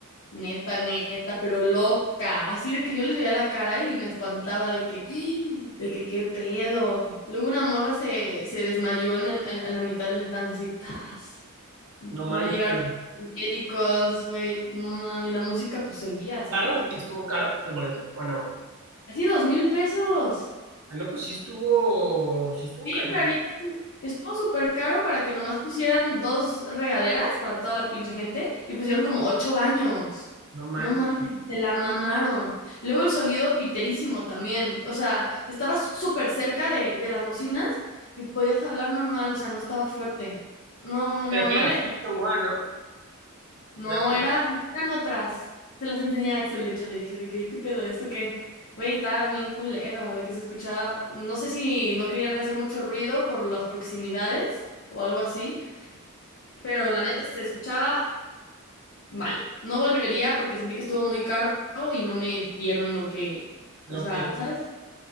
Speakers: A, on the left; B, on the right.
A: Neta, neta, pero loca. Así de que yo les veía la cara y me espantaba de que, <gasps> de que qué pedo. Luego una morra se, se desmayó en, el- en- a la mitad del dance, así, tas.
B: No
A: No
B: manches.
A: llegaron médicos, güey, no ma- Y la música pues seguía, ¿sabes?
B: ¿Caro?
A: De que,
B: ¿Estuvo caro el boleto o no?
A: así dos mil pesos.
B: Ah, no, pues sí estuvo, sí estuvo
A: Sí,
B: caro.
A: Estuvo súper caro para que nomás pusieran dos regaderas para toda la pinche gente y pusieron como ocho baños.
B: No manches.
A: No mames, se la mamaron. Luego el sonido piterísimo también. O sea, estabas súper cerca de, de las bocinas y podías hablar normal, o sea, no estaba fuerte. No, no,
B: Pero que
A: no
B: era
A: le.
B: First and One, ¿no?
A: No,
B: Era First,
A: eran, eran otras. Se las enseñé a Axel, de hecho, le dije de que, ¿qué pedo? ¿Esto qué? Güey, estaba bien culero, de que se escuchaba, no sé si no querían hacer mucho ruido por las proximidades o algo así, pero la neta se escuchaba mal. No volvería porque sentí que estuvo muy caro y no me dieron lo que, o
B: lo
A: sea,
B: que
A: ¿sabes?